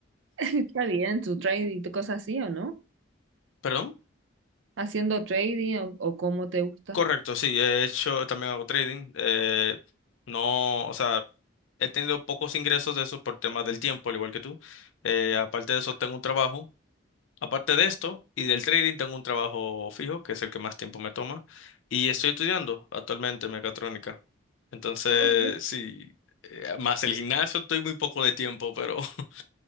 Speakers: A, on the right; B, on the left.
A: <laughs> está bien tu trading, tu cosa así o no?
B: ¿Perdón?
A: Haciendo trading o, o cómo te gusta.
B: Correcto, sí, he hecho, también hago trading. Eh, no, o sea, he tenido pocos ingresos de eso por temas del tiempo, al igual que tú. Eh, aparte de eso, tengo un trabajo. Aparte de esto y del trading, tengo un trabajo fijo, que es el que más tiempo me toma, y estoy estudiando actualmente mecatrónica. Entonces,
A: Todo bien.
B: sí, eh, más el gimnasio, estoy muy poco de tiempo, pero <laughs>